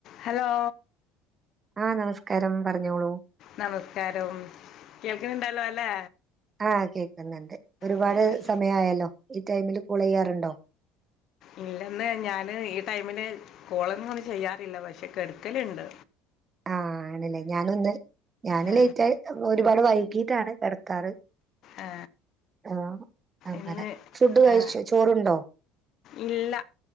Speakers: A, on the left (about 50°); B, on the right (about 20°).
A: ഹലോ.
B: ആ നമസ്കാരം പറഞ്ഞോളൂ
A: നമസ്കാരം കേൾക്കുന്നുണ്ടല്ലോ അല്ലേ
B: ആ കേക്കുന്നുണ്ട് ഒരുപാട്
A: കേക്ക്-
B: സമയം ആയാല്ലോ ഈ ടൈമില് കോള് ചെയ്യാറുണ്ടോ
A: ഇല്ലന്ന് ഞാന് ഈ ടൈമില് കോളൊന്നും ചെയ്യാറില്ല പക്ഷെ കെട്ക്കലുണ്ട്
B: ആ ആണ് ലേ ഞാനും ഇന്ന് ഞാനും
A: ആ,
B: ലേയിറ്റയി ഒരുപാട് വൈ ക്കീട്ടാണ് കിടക്കാറ്
A: ആ,
B: ആ അങ്ങനെ
A: ഇന്ന്
B: ഫുഡ് കഴിച്ചൊ
A: ആ,
B: ചോറുണ്ടോ
A: ഇല്ല